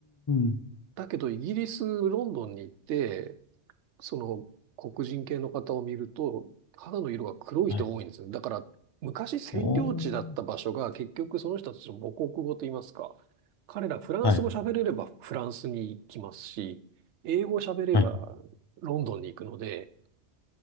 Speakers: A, on the left; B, on the right.
A: ん。
B: だけどイギリス、ロンドンに行って、その黒人系の方を見ると、肌の色が黒い人が多いんですよ。
A: はい。
B: だから、昔占領地だった場所が結局その人たちの母国語と言いますか、
A: おー。
B: 彼らフランス語喋れればフランスに行きますし、
A: はい。
B: 英語喋ればロンドンに行くので、
A: はい。